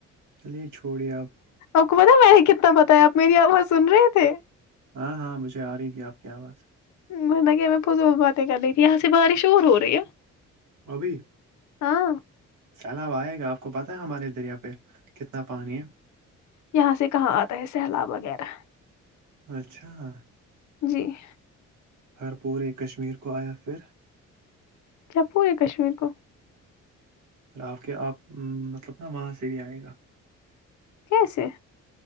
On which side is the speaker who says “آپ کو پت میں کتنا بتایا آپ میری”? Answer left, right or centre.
Left